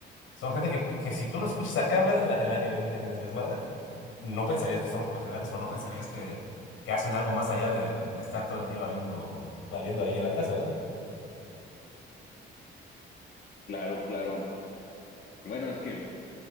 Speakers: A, on the left (about 80°); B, on the left (about 60°).
A: son gente que, que si tú lo escuchas acá hablar en, la- en la- en el, en el desmadre, no pensarías que son profesionales o no pensarías que, que hacen algo más allá de, de- de estar todo el día valiendo, valiendo ahí en la casa, ¿no?
B: Claro, claro. Bueno, es que